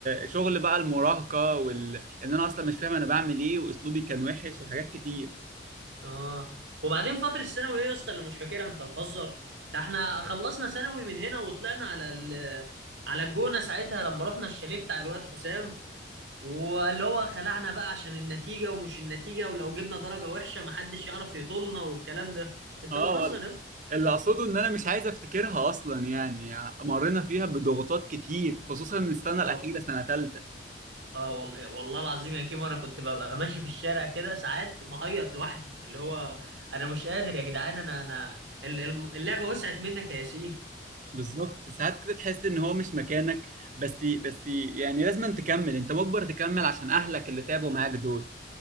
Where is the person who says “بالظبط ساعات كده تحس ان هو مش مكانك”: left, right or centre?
Right